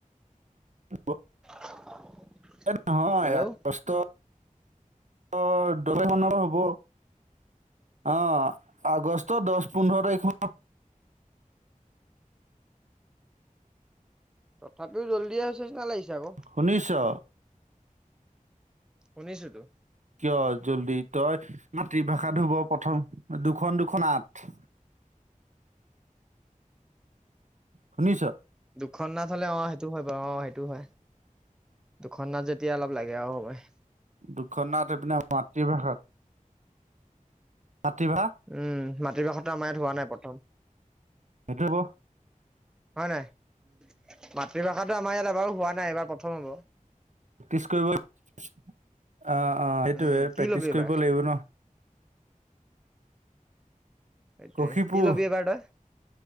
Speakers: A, on the right; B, in the centre.
A: হ।
B: <unintelligible>
A: এ নহয়
B: হেল্ল'
A: কষ্ট অ দলেখন হ'ব। আহ আগষ্ট দহ পোন্ধৰ তাৰিখ-
B: তথাপিও জল্দিয়ে হৈছে, না লাগিছে। আকৌ
A: শুনিছ-
B: শুনিছো তো
A: কিয় জল্দি তই- মাতৃভাষা ধুব প্ৰথম দুখন দুখন আঠ শুনিছ।
B: খন নাথালে অ সেইটো হয় বাৰু অ সেইটো হয়। দুখনাত যেতিয়া অলপ লাগে আৰু সময়
A: দুখনাত এইপিনে মাতৃভাষাত মাতৃভাষা
B: উম মাতৃভাষাতো আমাৰ ইয়াত হোৱা নাই প্ৰথম
A: এতিযাব
B: হয় নাই মাতৃভাষাতটো আমাৰ ইয়াত এবাৰ হোৱা নাই এবাৰ প্ৰথম হ'ব।
A: প্ৰেক্টিছ কৰিব অ অ সেইটোৱে
B: উম কি
A: প্ৰেক্টিছ
B: ল'বি এইবাৰ
A: কৰিব লাগিব ন।
B: সেইটোৱে
A: কষিপু
B: কি ল'বি এইবাৰ তই?